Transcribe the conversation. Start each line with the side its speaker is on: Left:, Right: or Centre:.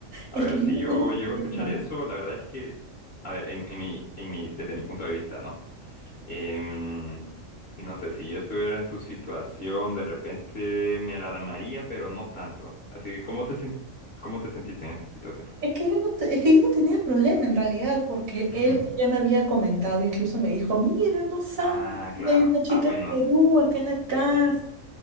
Left: a
Right: es
Left: ver,
Right: que
Left: si
Right: yo no
Left: yo
Right: tenía
Left: llego
Right: problema,
Left: a escuchar eso, la verdad es que, a ver, en, en mi, en mi, desde mi punto de vista, ¿no? Em, no sé, si yo estuviera en tu situación, de repente me alarmaría, pero no tanto. Así que, ¿cómo te, sen- cómo te sentiste en esa situación?
Right: es que yo no, te- es que yo no tenía problema en realidad, porque él
Left: Ujú.
Right: ya me había comentado, incluso me dijo, mira, no sabes,
Left: Ah, claro.
Right: hay una chica
Left: Ah, bueno,
Right: en Perú,
Left: sí,
Right: acá en la casa,
Left: sí. sí.